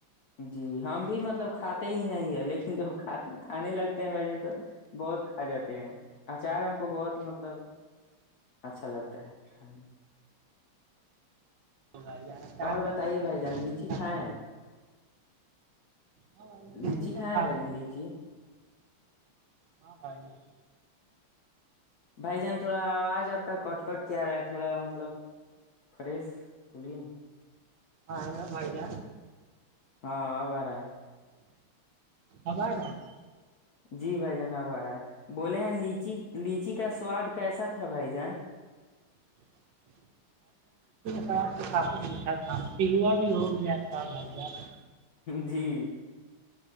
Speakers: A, on the left; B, on the right.
A: جی ہم بھی مطلب کھاتے ہی نہیں ہے لیکن جبھ کھانے لگتے ہیں بھن تو بہت کھا جاتے ہیں اچار ہم کو بہت مطلب اچھا لگتا ہے کھانے
B: بھائی جان اچار
A: اور
B: تو
A: بتائیے
B: کافی
A: بھائی
B: اچھا
A: جان
B: لگتا
A: لیچی
B: ہے
A: کھائے ہیں
B: ہاں بائی
A: لیچی کھائے
B: تو تھا
A: ہیں بھائی
B: کھ
A: جان لیچی
B: ہاں بھ گیا <unintelligible>
A: بھائی جان تھوڑا آواز آپ کا کٹ کٹ کیا رہا ہے تھوڑا مطلب فریش بولیے نا
B: ہاں ہیلو بھائی جان
A: ہاں آ ب رہ ہے <unintelligible>
B: آبا رہا <inaudible>
A: جی بھائی جناب آ رہا ہے بولے ہیں لیچی ل لیچی کا <unintelligible> سواد کیسا تھا بھائی جان
B: س آپ تو کافی میٹھا تھا پلوا بھی ہو گیا تھا گھر <unintelligible>
A: جی